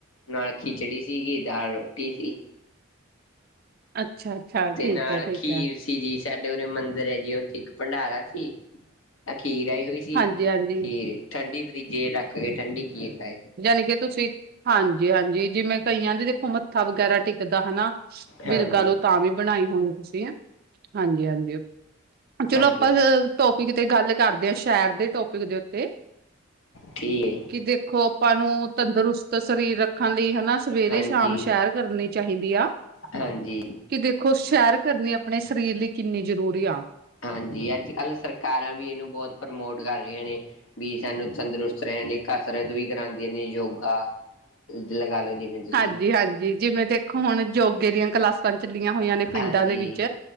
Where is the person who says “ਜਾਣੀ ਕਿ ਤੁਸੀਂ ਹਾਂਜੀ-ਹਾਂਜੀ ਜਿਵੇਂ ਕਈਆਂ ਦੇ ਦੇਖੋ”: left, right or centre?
Right